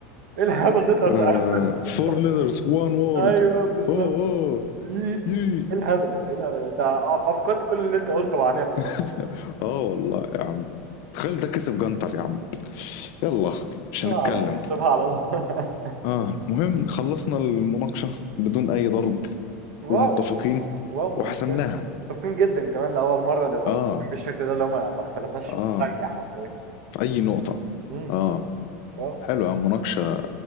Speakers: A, on the right; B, on the left.
A: ايه الهبل اللي انت بتعمله؟
B: آه four
A: <laughs>
B: letters one word
A: ايوه بالظبط
B: اوه اوه
A: ايه
B: ييت
A: الهبل ايه الهبل انت افقدت كل اللي انت قلته معناه خلاص
B: <laughs> اه والله يا عم تخيل ده كسب جنتر يا عم يلا مش
A: سيبها
B: هنتكلم
A: على الله سيبها على الله <laughs>
B: اه المهم خلصنا المناقشة بدون أي ضرب
A: واو
B: ومتفقين
A: واو متفقين
B: وحسمناها
A: متفقين جدا كمان لأول مرة نبقى
B: اه
A: متفقين بالشكل ده اللي هما ما ما اختلفناش
B: اه
A: ثانية حرفيا
B: في أي نقطة
A: امم
B: اه
A: واو
B: حلوة مناقشة